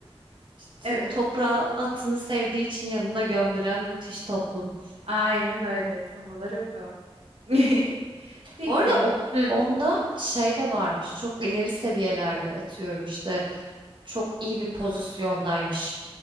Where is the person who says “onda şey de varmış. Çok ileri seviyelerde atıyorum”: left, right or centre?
Right